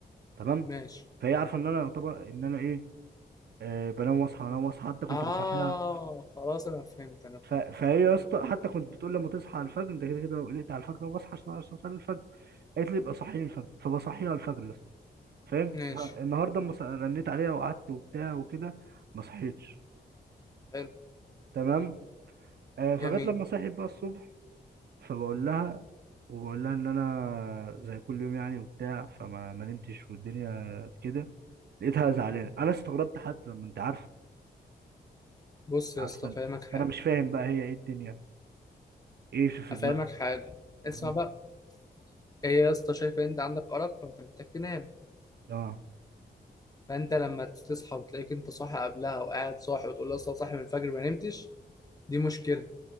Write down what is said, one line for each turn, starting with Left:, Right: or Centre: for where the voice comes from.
Right: تمام
Left: ماشي
Right: فهي عارفه ان انا يعتبر ان انا ايه آه، بنام واصحى بنام واصحى حتى كنت
Left: آه
Right: بصحيها
Left: خلاص أنا فهمت أنا
Right: ف...
Left: فهمت
Right: فهي يا اسطى حتى كنت بتقول لما تصحى على الفجر انت كده كده لو قلقت على الفجر انا بصحى عشان اوصل الفجر قالت لي ابقى صحيني الفجر فبصحيها على الفجر يا اسطى فاهم
Left: ماشي
Right: فالنهارده اما ص- رنيت عليها وقعدت وبتاع وكده ما صحيتش
Left: حلو
Right: تمام آه، فجت
Left: جميل
Right: لما صحيت بقى الصبح فبقول لها وبقول لها ان انا زي كل يوم يعني وبتاع فما ما نمتش والدنيا كده لقيتها زعلانه انا استغربت حتى لما انت عارفه
Left: بص يا
Right: عارفه
Left: اسطى أفهمك حاجة
Right: فانا مش فاهم بقى هي ايه الدنيا ايه في في
Left: أفهمك
Right: دماغها
Left: حاجة
Right: مم.
Left: اسمع بقى هي يا اسطى شايفة إن أنت عندك أرق فأنت محتاج تنام
Right: اه
Left: فأنت لما تصحى وتلاقيك أنت صاحي قبلها وقاعد صاحي وتقول لها أصل أنا صاحي من الفجر ما نمتش دي مشكلة